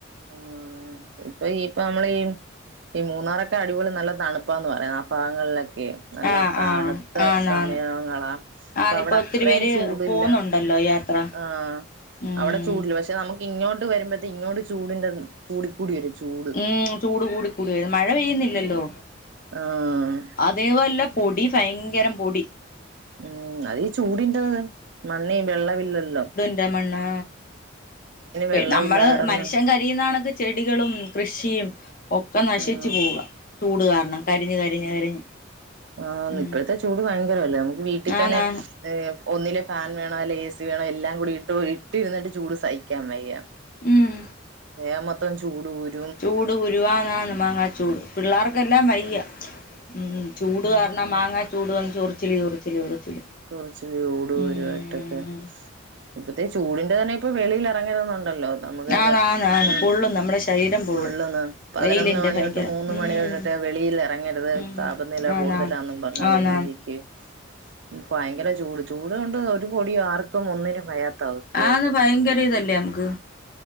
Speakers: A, on the right (about 60°); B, on the left (about 45°).
A: ആഹ് ഇപ്പൊ ഈ ഇപ്പൊ നമ്മളീ ഈ മൂന്നാറൊക്കെ അടിപൊളി നല്ല തണുപ്പാന്ന് പറയാ ഭാഗങ്ങളിലൊക്കെ നല്ല
B: ആഹ്
A: തണ്
B: ആഹ്
A: ത്ത
B: ആന്നാന്ന്
A: സമയങ്ങളാ അപ്പൊഅവിടെ
B: ആഹ് ഇപ്പൊ ഒത്തിരി
A: അത്രേം
B: പേര്
A: ചൂടില്ല
B: പോവുന്നുണ്ടല്ലോ യാത്ര
A: ആഹ്
B: ഉം
A: അവടെ ചൂടില്ല പക്ഷെ നമുക്ക് ഇങ്ങോട്ട് വരുമ്പത്തെ ഇങ്ങോട്ട് ചൂടിന്റെത് കൂടിക്കൂടി വരും ചൂട്
B: ഉം ചൂട് കൂടി കൂടി വരും മഴ പെയ്യുന്നില്ലല്ലോ
A: ഉം ആഹ്
B: തേ വല്ല പൊടി ഫയങ്കരം പൊടി
A: ഉം അതീ ചൂടിന്റത് മണ്ണി വെള്ളവില്ലല്ലോ
B: രെ മണ്ണാ
A: വെള്ളമില്ലാതെ
B: നമ്മള്
A: കിടന്ന്
B: മനുഷ്യൻ ക രിയുന്നണക്ക് ചെടികളും കൃഷിയും ഒക്കെ നശിച്ചു
A: ഉം
B: പോവുക ടൂട് കാരണം കരിഞ്ഞ് കരിഞ്ഞ് കരിഞ്ഞ്
A: ആഹ്
B: ഉം
A: ഇപ്പഴ്ത്തെ ചൂട് ഭയങ്കരവല്ലേ നമുക്ക് വീട്ടി
B: ആന്നാന്ന്
A: തന്നെ ഒന്നിലെ ഫാൻ വേണം അല്ലെ എസി വേണം എല്ലാം കൂടി ഇ ട്ട് ഇട്ടിരുന്നിട്ട് ചൂട് സഹിക്കാൻ വയ്യ
B: ഉം
A: ദേഹം മൊത്തം ചൂട് കുരു
B: ചൂട് കുരുവാ ആന്ന് ആന്ന് മാങ്ങാ ചൂട് പിള്ളേർക്കെല്ലാം വയ്യ
A: ഉം
B: ഉം ചൂട് കാര ണം മാങ്ങ ചൂട് വന്ന് ചൊറിച്ചില് ചൊറിച്ചില് ചൊറിച്ചില്
A: ചൊറിച്ചില് ചൂട് കുരുവായിട്ടൊക്കെ
B: ഉം
A: ഇപ്പഴത്തെ ചൂടിന്റെആണേ ഇപ്പ വെളിൽ എറങ്ങരുതെന്നുണ്ടല്ലോ നമുക്ക് അരാ
B: ആന്ന് ആന്ന് ആന്ന്
A: ഏഹ്
B: പൊള്ളും നമ്മുടെ ശരീരം പൊള്ളും
A: പൊള്ളുന്ന പതിനൊന്ന്
B: വെയിലിന്റെ
A: മണിഒട്ട്
B: ഭയങ്കര
A: മൂന്ന്
B: ഉം
A: മണിവരെ രെ വെളിൽ എറങ്ങരുത്
B: ഉം
A: താപനില
B: ആന്നാ
A: കൂടുതലാന്നും പറഞ്ഞുള്ള
B: ആന്നാ
A: രീതിക്ക് ഉം ഫയങ്കര ചൂട്, ചൂട് കൊണ്ട് ഒരു പൊടി ആർക്കും ഒന്നിനും വയാത്ത അവസ്ഥയായിക്കൊണ്ടിരിക്ക
B: ആന്ന് ഇതല്ലേ അമുക്ക്